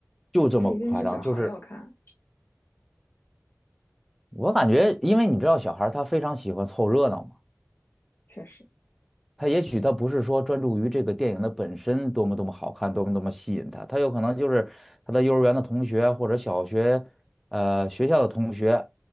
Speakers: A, in the centre; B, on the left (about 50°).
A: 就这么夸张，
B: 这一定是小孩儿要看，
A: 就是我感觉，因为你知道小孩儿他非常喜欢凑热闹嘛。
B: 确实，
A: 他也许他不是说专注于这个电影的本身多么多么好看，多么多么吸引他，他有可能就是他的幼儿园的同学或者小学，呃，学校的同学，